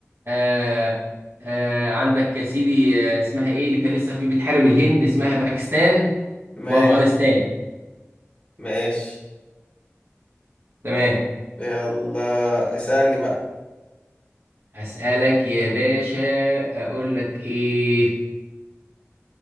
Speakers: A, on the right; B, on the left.
A: آه، آه، عندك يا سيدي آه، اسمها إيه اللي كان لسه في بتحارب الهند اسمها باكستان
B: ماشي
A: وأفغانستان
B: ماشي
A: تمام
B: يلا اسألني بقى
A: أسألك يا باشا أقول لك إيه